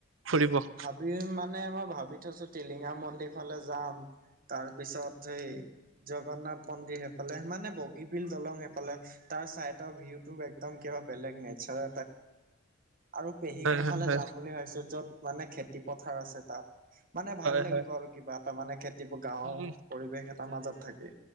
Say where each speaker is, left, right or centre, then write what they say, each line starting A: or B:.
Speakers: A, on the right; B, on the right.
A: ফুৰিব
B: ভি মানে মই ভাবি থৈছো টিলিঙা মন্দিৰ ফালে যাম তাৰ পিছত সেই জগন্নাথ মন্দিৰ সেইফালে মানে বগীবিল দলং সেইফালে তাৰ চাইডৰ ভিউতটো একদম কিবা বেলেগ নেচাৰ আৰু পেহী ঘৰ
A: হয়
B: ফালে
A: হয়
B: যাম বুলি ভাবছো য'ত মানে খেতি পথাৰ আছে তাত মানে ভাল
A: হয় হয়
B: লাগিব আৰু কিবা এটা মানে খেতি গাওৰ
A: উম,
B: পৰিৱেশ এটাৰ মাজত থাকে